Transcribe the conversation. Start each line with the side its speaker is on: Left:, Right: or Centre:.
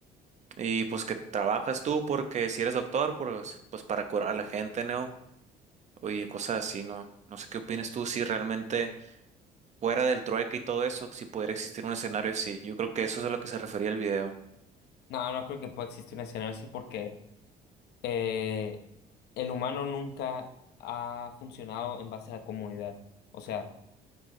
Right: Y pues que trabajas tú porque si eres doctor, pues, pues para curar a la gente, ¿no? Y cosas así, ¿no? No sé qué opinas tú si realmente fuera del trueque y todo eso, si pudiera existir un escenario así. Yo creo que eso es a lo que se refería el video.
Left: No, no creo que pueda existir un escenario así porque eh, el humano nunca ha funcionado en base a la comodidad. O sea,